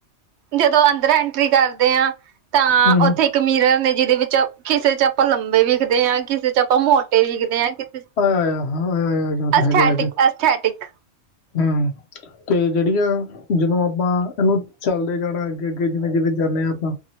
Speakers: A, on the right; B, on the left.
A: ਜਦੋਂ ਅੰਦਰ ਐਂਟਰੀ ਕਰਦੇ ਆ ਤਾਂ
B: ਹੂੰ ਹੂੰ
A: ਉੱਥੇ ਕਮੇਰਾ ਮਿਰਰ ਨੇ ਜਿਹਦੇ ਵਿੱਚ, ਕਿਸੇ ਚ ਆਪਾਂ ਲੰਬੇ ਵਿਖਦੇ ਆ, ਕਿਸੇ ਚ ਆਪਾਂ ਮੋਟੇ ਵਿਖਦੇ ਹਾਂ ਕਿਤੇ
B: ਆਇਆ ਆਇਆ ਹਾਂ ਆਇਆ ਆਇਆ ਜਾਂ ਤਾਂ
A: ਅਸਥੈਟਿਕ-ਅਸਥੈਟਿਕ।
B: ਹੈਗੇ ਹੈਗੇ ਹੂੰ। ਤੇ ਜਿਹੜੀਆਂ ਜਦੋਂ ਆਪਾਂ ਇਹਨੂੰ ਚੱਲਦੇ ਜਾਣਾ ਅੱਗੇ-ਅੱਗੇ, ਜਿਵੇਂ-ਜਿਵੇਂ ਜਾਂਦੇ ਆ ਆਪਾਂ